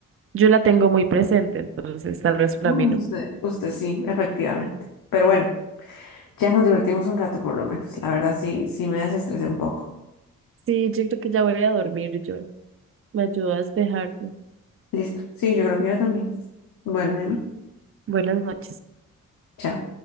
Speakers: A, on the right (about 40°); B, on the left (about 75°).
A: yo la tengo muy presente, entonces tal vez para
B: Bueno,
A: mí no.
B: usted, usted sí, efectivamente. Pero bueno, ya nos divertimos un rato por lo menos. La verdad sí, sí me desestresé un poco.
A: Sí, yo creo que ya voy a dormir yo. Me ayudó a despejarme.
B: Listo. Sí, yo creo que yo también. Bueno, Emi,
A: Buenas noches.
B: chao.